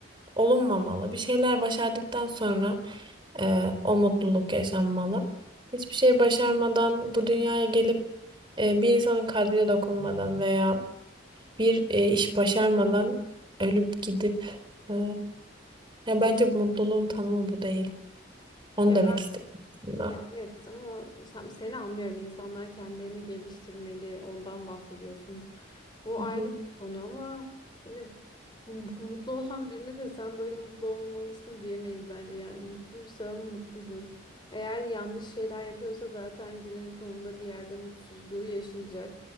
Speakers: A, on the right (about 25°); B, on the left (about 25°).
A: olunmamalı. Bir şeyler başardıktan sonra e, o mutluluk yaşanmalı. Hiçbir şey başarmadan bu dünyaya gelip e, bir insanın kalbine dokunmadan veya bir e, iş başarmadan ölüp gidip e, ya bence bu mutluluğun tanımı bu değil. Onu
B: Ya
A: demek istedim aslında.
B: Ya evet ama o- sen, seni anlıyorum. İnsanlar kendilerini geliştirmeli. Ondan bahsediyorsun. Bu
A: Hı
B: ayrı
A: hı.
B: bir konu ama hani mu- mutlu olan birine de sen böyle mutlu olmalısın diyemeyiz bence. Yani mutluysa mutludur. Eğer yanlış şeyler yapıyorsa zaten günün sonunda bir yerde mutsuzluğu yaşayacak.